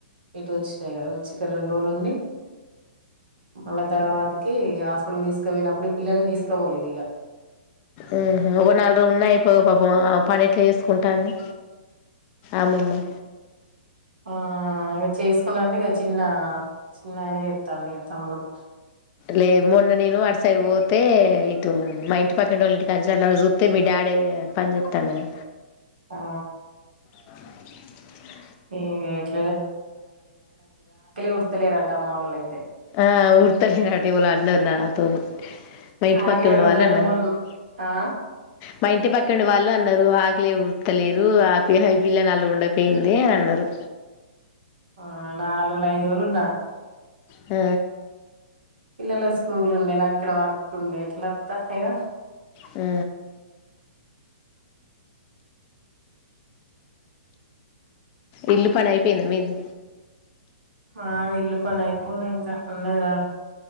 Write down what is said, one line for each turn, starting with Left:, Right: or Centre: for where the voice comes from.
Right: ఇటు ఒచ్ తే కద ఒచ్చి ఇక్కడ రొండు రోలుంది మళ్ళా తర్వాతకిఇ గ హాస్పిటల్ తీసుకపోయినప్పుడు పిల్లల్ని తీసుకోపోలేదు ఇగ
Left: ఉహు ఒక నాలురోలు ఉన్నాయి పాపం పని ఎట్లా చేసుకుంటాంది అమ్మమ్మ
Right: ఆ ఇగ చేసుకుటంటె ఇక చిన్న చిన్న ఆయన చిత్తండు ఇగ తమ్ముడు
Left: లే మొన్న నేను అటు సైడ్ పోతే ఇటు మా ఇంటి పక్కకింటి వాళ్ళ ఇంటికి కంచ సుత్తె మీ డాడే ఏ పంచేతంగా
Right: ఆ
Left: <unintelligible>
Right: ఇ <unintelligible> ఉడతలేరట మా వోళ్ళయితే
Left: ఆ వృత్తలేనట్ ఎవలో అన్నారు నాతోని మా ఇంటి
Right: ఆకలే
Left: పక్కనీ
Right: ఉడతలేరట
Left: వాళ్లన్నారు
Right: మొన్
Left: అన్నారు
Right: ఆ
Left: మా ఇంటి పక్కనీ వాళ్ళు అన్నారు ఆకిలే వుడ్ అత్తలేరు ఆ ప హై పిల్ల నల ఉంండ అయిపోయింది అని అన్నారు
Right: ఆ నాలుగుల ఐదు రోజులుద్దా
Left: ఆ
Right: పిల్లల స్కూల్ ఉండే నాకు ఇక్కడ వర్క్ ఉండే ఎట్లాత్తాద
Left: ఆ ఇల్లు పని అయిపోయినా మీది
Right: మా ఇల్లు పని అయిపోనా ఇంకా ఉన్నరా